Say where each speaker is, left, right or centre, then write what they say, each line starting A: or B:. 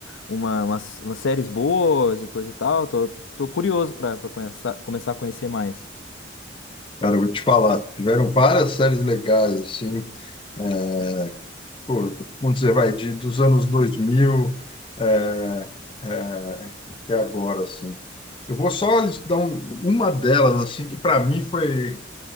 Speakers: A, on the left; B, on the left.
A: uma, umas, umas séries boas e coisa e tal? Tô, tô curioso pra, pra conhecer, começar a conhecer mais.
B: Cara, eu vou te falar, tiveram várias séries legais, assim, é, pô, vamos dizer, vai, de, dos anos 2000 é, é, até agora, assim. Eu vou só dar um- uma delas, assim, que para mim foi,